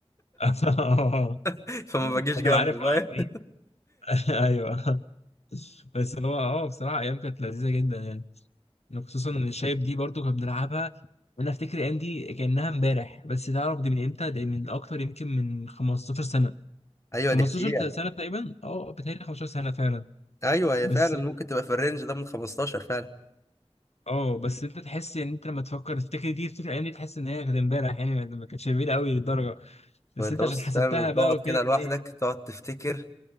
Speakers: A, on the left; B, on the left.
A: <laughs> اه
B: <laughs> فما بجيش
A: هتبقى
B: جنبه
A: عارف مع
B: فاهم
A: مين <laughs> ايوه بس هو اه بصراحه ايام كانت لذيذه جدا يعني. يعني خصوصا ان الشايب دي برضو كنا بنلعبها انا افتكر الايام دي كانها امبارح بس تعرف دي من امتى ده من اكتر يمكن من 15 سنه
B: <laughs> ايوه
A: 15
B: دي حقيقه
A: سنه تقريبا اه بتهيألي 15 سنه فعلا
B: ايوه هي
A: بس
B: فعلا ممكن تبقى في الرينج ده من 15 فعلا
A: اه بس انت تحس ان انت لما تفكر تفتكر دي تفتكر الايام دي تحس ان هي كانت امبارح يعني ما ما كانتش بعيده قوي للدرجه بس
B: ما انت
A: انت
B: بص
A: عشان حسبتها
B: فاهم تقعد
A: بقى وكده
B: كده
A: تلاقي
B: لوحدك تقعد تفتكر